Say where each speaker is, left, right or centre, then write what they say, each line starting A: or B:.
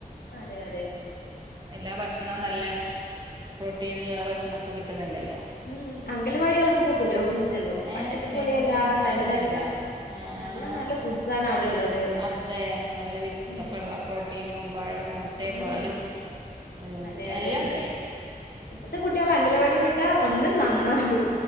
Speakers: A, on the left; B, on the right.
A: അതെ അതെ
B: എല്ലാ ഭക്ഷണവും
A: ഉം
B: നല്ല പ്രോട്ടീനുള്ള ഭക്ഷണൊക്കെ കിട്ടുന്നുണ്ടല്ലോ?
A: ഉം അംഗലവാടികളൊക്കെ ഇപ്പോ പുരോഗമിച്ചല്ലോ
B: ഏഹ്
A: പണ്ടത്തെ
B: പിന്നെ
A: പോലെയല്ല നല്ല
B: അല്ല
A: നല്ല
B: അല്ല ആഹ്
A: നല്ല നല്ല ഫുഡ്സ് ആണ് അവിടെ ഉള്ളത്.
B: അതെ നല്ല വി ഇതൊക്കെ
A: ഉം
B: ഉള്ള പ്രോട്ടീനും പഴവും മുട്ടയും
A: ഉം
B: പാലും ഉം
A: അതെ അതെ
B: എല്ലാം ഇണ്ട്.
A: ഇപ്പത്തെ കുട്ടികൾ അംഗലവാടി വിട്ടാ ഒന്ന് നന്നാവും.